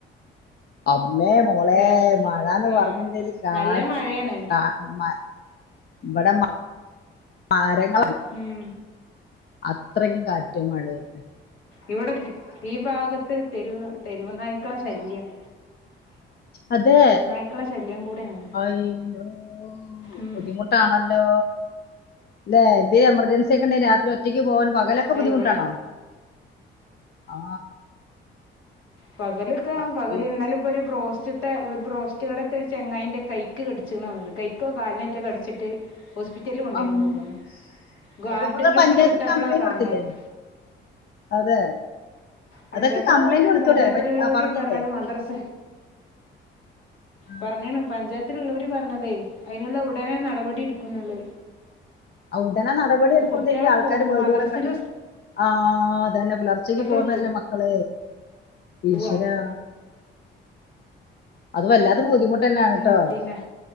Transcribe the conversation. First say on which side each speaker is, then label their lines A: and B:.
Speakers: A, on the left (about 55°); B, on the left (about 80°).
A: മ്മേ മോളെ
B: ഏഹ്
A: മഴാന്ന്
B: ഉം
A: പറഞ്ഞ്ണ്ടേല് കാ
B: നല്ല മഴയാണ്
A: ക മ ഇവിടെ മ <unintelligible>
B: ഉം
A: അത്രയ്ക്ക് കാറ്റ് മഴേന്നെ
B: ഇവിടത്തെ ഈ ഭാഗത്ത് തെരു തെരുവ്നായ്ക്കളെ ശല്യം
A: അതെ
B: നായ്ക്കളെ ശല്യം കൂടെയാണ്
A: അയ്യോ
B: ഉം
A: ബുദ്ധിമുട്ടാണല്ലോ ല്ലെ ന്തേ എമർജൻസി ക്കെണ്ടെ രാത്രി ഒറ്റക്ക് പോവാൻ പകലൊക്കെ
B: ആഹ്
A: ബുദ്ധിമുട്ടാണോ
B: ഇവിടെ
A: ആ
B: പകല്ക്കെ
A: അയ്യോ
B: പകല് ഇന്നാലെപ്പൊര് പോസ് ത്തെ ഒരു ബ്രോസ്റ്റ് കടേത്തെ ഒരു ചങ്ങായീന്റെ കൈക്ക് കടിച്ചീണ <inaudible> ക്കോ കാലിനറ്റൊ കടിച്ചിട്ട് ഹോസ്പിറ്റലില് കൊണ്ടൊയ്ക്കണ
A: അമ്മോ.
B: <unintelligible> ഗ്വാർഡ്
A: ഇപ്പൊ നിങ്ങൾ
B: ഗ്രൂപ്പില്
A: പഞ്ചായത്തിൽ
B: വിട്ടപ്പളാ
A: കംപ്ലൈന്റ്
B: കാണ്
A: കൊടുത്തില്ലേ
B: ണര്
A: അതെ
B: പഞ്ചായത്തില്
A: അതൊക്കെ കംപ്ലൈന്റ്
B: പറഞ്ഞ്
A: കൊടുത്തൂടെ
B: പഞ്ചായത്തിലുള്ളവര്
A: പ- ആ, പറഞ്ഞില്ലേ
B: പറഞ്ഞത് മദ്രസ
A: ആ
B: പറഞ്ഞാണ് പഞ്ചായത്തില്ള്ളവര് പറഞ്ഞതെ അയ്നുള്ള ഉടനെ നടപടി എടുക്കുന്നുള്ള
A: അവിടനെ നടപടി എടുക്കുമെ
B: കുട്ടികള്
A: ആൾക്കാാര്
B: പോവും
A: ഭോജികളം
B: മദ്രസയില്
A: കണ്ടു ആഹ അതന്നെ പുലർച്ചേക്ക്
B: മക്കള്
A: പോുന്നല്ലേ മക്കള
B: പോവാ
A: ഈശ്വരാ അത് വല്ലാത്തൊരു ബുദ്ധിമുട്ട് തന്നെയാണ്
B: ഉം
A: ട്ടോ
B: പിന്നെ